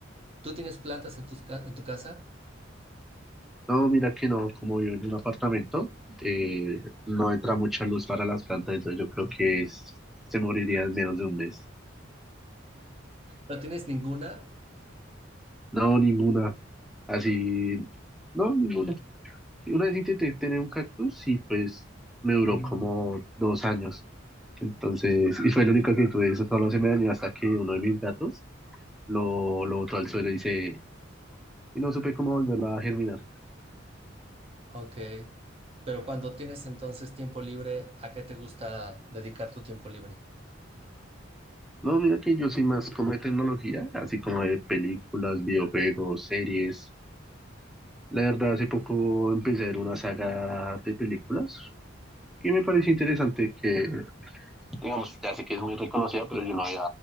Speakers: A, on the right; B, in the centre.
A: ¿Tú tienes plantas en tus ca- en tu casa?
B: No, mira que no, como vivo en un apartamento, eh, no entra mucha luz para las plantas, entonces yo creo que es- se moriría en menos de un mes.
A: ¿No tienes ninguna?
B: No, ninguna. Así, no, ninguna. Una vez intenté tener un cactus y pues me duró como dos años. Entonces, y fue el único que tuve, eso solo se me dañó hasta que uno de mis gatos lo, lo botó al suelo y se, y no supe cómo volverla a germinar.
A: Ok. Pero cuando tienes entonces tiempo libre, ¿a qué te gusta dedicar tu tiempo libre?
B: No, mira que yo soy más como de tecnología, así como de películas, videojuegos, series. La verdad, hace poco empecé a ver una saga de películas que me pareció interesante que, digamos, ya sé que es muy reconocida, pero yo no había,